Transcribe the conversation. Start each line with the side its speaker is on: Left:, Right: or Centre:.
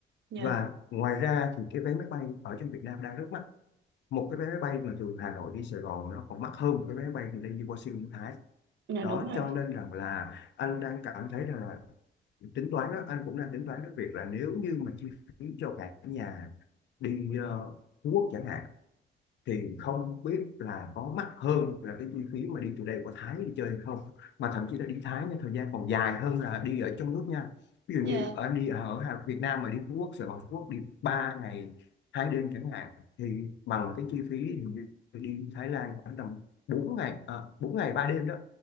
Right: Dạ,
Left: và ngoài ra thì cái vé máy bay ở trên Việt Nam đang rất mắc một cái vé máy bay mà từ Hà Nội đi Sài Gòn nó còn mắc hơn một cái vé máy bay từ đây đi Washington Thái
Right: dạ
Left: đó
Right: đúng rồi.
Left: cho nên rằng là anh đang cảm thấy rằng là tính toán đó anh cũng đang tính toán cái việc là nếu như mà chi phí cho cả nhà đi ờ, Phú Quốc chẳng hạn thì không biết là có mắc hơn là cái chi phí mà đi từ đây qua Thái đi chơi hay không mà thậm chí là đi Thái nha thời gian còn dài hơn là đi ở trong nước nha ví dụ
Right: Dạ,
Left: như anh đi ở Hà- Việt Nam mà đi Phú Quốc Sài Gòn Phú Quốc đi 3 ngày hai đêm chẳng hạn thì bằng cái chi phí hình như đi Thái Lan khoảng tầm 4 ngày à, 4 ngày 3 đêm đó